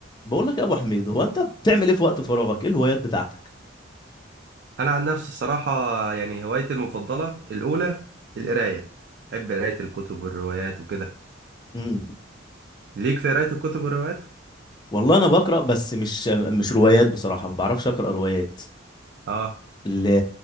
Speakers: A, on the left (about 20°); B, on the right (about 55°).
A: بقول لك يا ابو حميد هو انت بتعمل ايه في وقت فراغك ايه الهوايات بتاعتك
B: انا عن نفسي الصراحه يعني هوايتي المفضله الاولى القرايه بحب قرايه الكتب والروايات وكده
A: امم
B: ليك في قرايه الكتب والروايات
A: والله انا بقرا بس مش مش روايات بصراحه ما بعرفش اقرا روايات
B: اه
A: ل...